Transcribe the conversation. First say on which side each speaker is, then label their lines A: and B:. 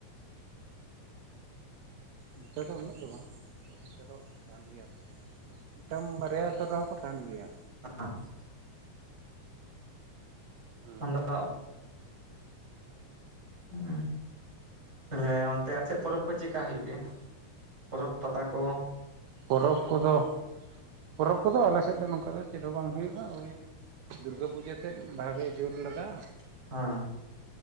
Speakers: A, on the right (about 75°); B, on the right (about 35°).
A: ᱱᱚᱛᱮ ᱫᱚ ᱩᱱᱟᱹᱜ ᱫᱚ ᱵᱟᱝ ᱛᱚ ᱚᱱᱛᱮ ᱫᱚ ᱛᱟᱦᱮᱱ ᱜᱮᱭᱟ ᱠᱚ ᱢᱤᱫᱴᱟᱝ ᱵᱟᱨᱭᱟ ᱫᱟᱨᱟ ᱦᱚᱸ ᱠᱚ ᱛᱟᱦᱮᱱ ᱜᱮᱭᱟ
B: <inaudible>
A: ᱦᱩᱸ
B: <unintelligible> ᱦᱩᱸ ᱛᱟᱞᱦᱮ ᱚᱱᱛᱮ ᱟᱥᱮᱫ ᱯᱚᱨᱚᱵᱽ ᱠᱚ ᱪᱮᱫᱠᱟ ᱦᱩᱭᱩᱜ ᱜᱮᱭᱟ ᱯᱚᱨᱚᱵᱽ ᱯᱟᱛᱟ ᱠᱚ
A: ᱯᱚᱨᱚᱵᱽ ᱠᱚᱫᱚ ᱯᱚᱨᱚᱵᱽ ᱠᱚᱫᱚ ᱟᱞᱮ ᱥᱮᱫ ᱫᱚ ᱱᱚᱝᱠᱟ ᱫᱚ ᱪᱮᱫ ᱦᱚᱸ ᱵᱟᱝ ᱦᱩᱭᱩᱜᱼᱟ ᱳᱭ ᱫᱩᱨᱜᱟᱹ ᱯᱩᱡᱟᱹ ᱛᱮᱫ ᱵᱷᱟᱜᱮ ᱡᱳᱨ ᱞᱟᱜᱟᱜᱼᱟ
B: <unintelligible>
A: ᱟᱨ